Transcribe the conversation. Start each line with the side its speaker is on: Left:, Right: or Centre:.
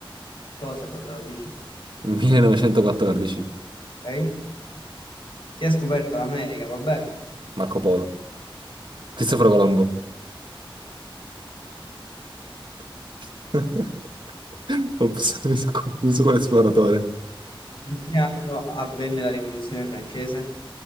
Left: Cosa 14?
Right: 1914.
Left: Ok. Chi ha scoperto l'America? Vabbè.
Right: Marco Polo. Cristoforo Colombo. <laughs> Ops, mi sono confuso con l'esploratore.
Left: In che anno avvenne la rivoluzione francese?